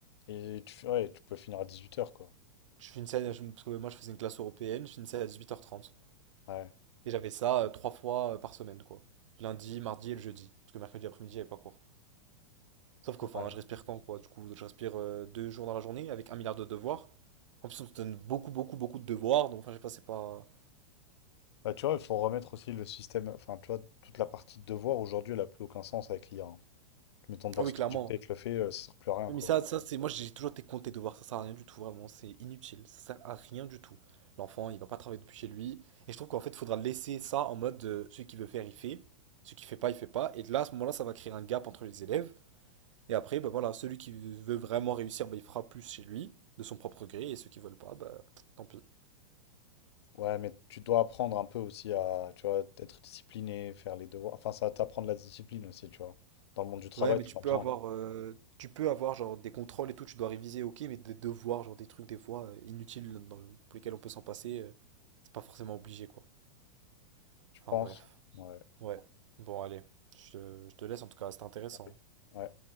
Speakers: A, on the left; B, on the right.
A: Et tu, fais- ouais, tu peux finir à dix-huit heures quoi.
B: Je finissais, à- je- parce que moi, je faisais une classe européenne, je finissais à huit heures trente
A: Ouais,
B: Et j'avais ça euh, trois fois euh, par semaine, quoi. Lundi, mardi et le jeudi. Parce que mercredi après-midi, j'avais pas cours. Sauf qu'enfin,
A: ouais.
B: je respire quand, quoi. Du coup, je respire euh, deux jours dans la journée avec un milliard de devoirs. En plus, on te donne beaucoup, beaucoup, beaucoup de devoirs. Donc, enfin, je sais pas, c'est pas.
A: Bah, tu vois, il faut remettre aussi le système. Enfin, tu vois, toute la partie de devoir, aujourd'hui, elle n'a plus aucun sens avec l'IA. hein. Mais ton devoir
B: Ah oui,
A: subjecté
B: clairement.
A: avec le fait, euh, ça sert plus à rien,
B: Oui,
A: quoi.
B: Mais ça, ça c'est moi j'ai toujours été compté de voir ça, sert à rien du tout vraiment, c'est inutile, ça sert à rien du tout. L'enfant il va pas travailler depuis chez lui et je trouve qu'en fait il faudra laisser ça en mode euh, celui qui veut faire il fait, celui qui fait pas il fait pas et là à ce moment-là ça va créer un gap entre les élèves et après bah voilà celui qui veut vraiment réussir bah, il fera plus chez lui de son propre gré et ceux qui veulent pas bah tant pis.
A: Ouais, mais tu dois apprendre un peu aussi à, tu vois, être discipliné, faire les devoirs. Enfin, ça va t'apprendre la discipline aussi, tu vois. Dans le monde du travail,
B: Ouais mais
A: tu
B: tu
A: en
B: peux
A: as besoin.
B: avoir euh, tu peux avoir genre des contrôles et tout, tu dois réviser ok mais des devoirs genre des trucs des fois euh, inutiles dans- pour lesquels on peut s'en passer, euh, c'est pas forcément obligé quoi.
A: Tu
B: Enfin
A: penses?
B: bref.
A: Ouais.
B: Ouais. Bon, allez. Je te, je te laisse, en tout cas, c'était intéressant.
A: Ouais. Ouais.